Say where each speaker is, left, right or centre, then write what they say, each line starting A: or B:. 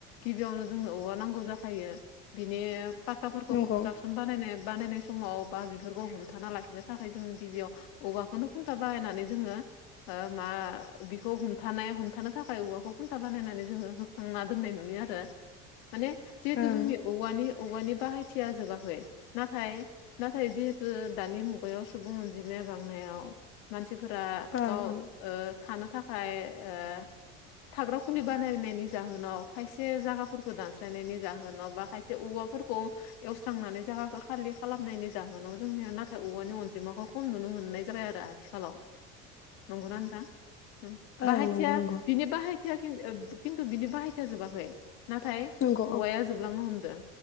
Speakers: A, on the left (about 80°); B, on the left (about 45°).
A: गिबियावनो जोंनो औवा नांगौ जाखायो बिनि पाक्काफोरखौ
B: नंगौ
A: कनस्ट्राकसन बानायनाय बानायनाय समाव बा बेफोरखौ हमथाना लाखिनो थाखाय जोंङो गिबियाव औवाखौनो खुन्था बाहायनानै जोङो ओ मा बिखौ हमथानाय हमथानो थाखाय औवाखौ खुन्था बानायनानै जोङो होखांना दोननाय नुयो आरो माने जिहेतु
B: ओं
A: जोंनि औवानि औवानि बाहायथिया जोबाखै नाथाय नाथाय जिहेतु दानि मुगायाव सुबुं अनजिमाया बांनायाव मानसिफोरा
B: ओं
A: गाव
B: ओं
A: ओ थानो थाखाय ओ थाग्रा खुलि बानायनायनि जाहोनाव खायसे जागाफोरखौ दानस्रायनायनि जाहोनाव बा खायसे औवा फोरखौ एवस्रांनानै जायगाखौ खालि खालाम फाननायनि जाहोनाव जोंनिया नाथाय औवानि अनजिमाखौ खम नुनो मोननाय जाबाय आरो आथिखालाव नंगौ नोंथां उम
B: ओं
A: बाहायथिया
B: नंगौ नंगौ
A: बिनि बाहायथि <unintelligible> खिनथु बिनि बाहायथिया जोबाखै नाथाय
B: नंगौ
A: औवाया
B: औ
A: जोबलांनो हमदों